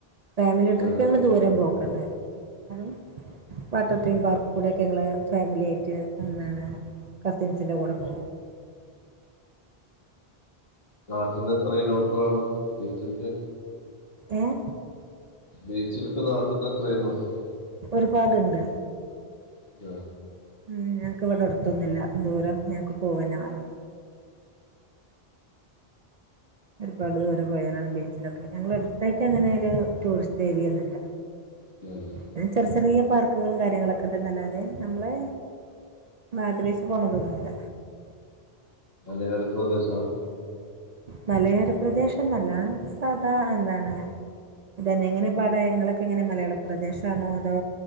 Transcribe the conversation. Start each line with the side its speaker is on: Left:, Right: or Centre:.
Right: ഫാമിലി
Left: വീട്ട്
Right: ട്രിപ്പ് ഞങ്ങള് ദൂരം പോക്ക്ണ്ട് എല്ലാരും
Left: ആണോ?
Right: വാട്ടർ തീം പാർക്ക് കൂടെയെക്കെ ഞങ്ങള് ഫാമിലിയായിട്ട് വന്നാണ് കസിൻസിൻ്റെ കൂടെ പോകും
Left: നാട്ടിൽന്ന് എത്ര കിലോമീറ്റർ കാണും ബീച്ചിൽക്ക്?
Right: ഏഹ്?
Left: ബീച്ചിൽക്ക് നാട്ട്ന്ന് എത്ര കിലോമീറ്റർ?
Right: ഒരുപാട്ണ്ട്
Left: അതെ
Right: ഉം ഞങ്ങക്ക് ഇവടെ അടത്തൊന്നുല്ല ദൂരം ഞങ്ങക്ക് പോവന്നെ വേണം ഒരുപാട് ദൂരം പോയാലാണ് ബീച്ചിലൊക്കെ ഞങ്ങളെ എടുത്തായിട്ട് അങ്ങനെ ഒരു ടൂറിസ്റ്റ് ഏരിയൊന്നുമില്ല
Left: ഇല്ല്യലേ?
Right: പിന്നെ ചെറിയ ചെറിയ പാർക്കുകളും കാര്യങ്ങളൊക്കെ ഇണ്ടന്നല്ലാതെ നമ്മളെ- ആഗ്രഹിച്ച് പോണതൊന്നുല്ല
Left: മലയോര പ്രദേശം
Right: മലയോര പ്രദേശൊന്നു അല്ലാ സാദാ എന്താണ് ഇതന്നെ എങ്ങനേപ്പാടെ ഇങ്ങളൊക്കെ എങ്ങനെ മലയാള പ്രദേശാണോ അതോ